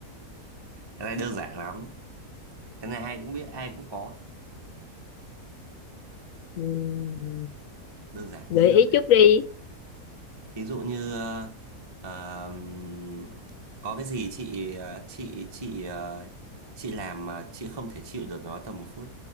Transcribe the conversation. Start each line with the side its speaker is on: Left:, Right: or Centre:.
Right: cái này đơn giản lắm cái này ai cũng biết ai cũng có
Left: ừ.
Right: đơn giản
Left: gợi
Right: nghĩ đơn
Left: ý
Right: giản
Left: chút đi
Right: thí dụ như ờ, ờm, có cái gì chị ờ, chị chị ờ, chị làm mà chị không thể chịu được nó tầm một phút